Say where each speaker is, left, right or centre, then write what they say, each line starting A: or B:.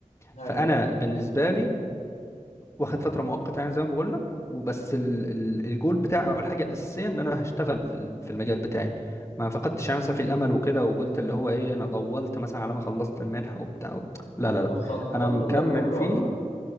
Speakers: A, on the left; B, on the left.
A: ايوه
B: فانا بالنسبه لي واخد فتره مؤقته يعني زي ما بقول لك وبس ال ال الجول بتاعي او الحاجه الاساسيه ان انا هشتغل في ال- في المجال بتاعي ما فقدتش يعني مثلا في الامل وكده وقلت اللي هو ايه انا طولت مثلا على ما خلصت المنحه وبتاع لا
A: انت
B: لا لا
A: خططت
B: انا مكمل
A: لده كله
B: فيه
A: ولا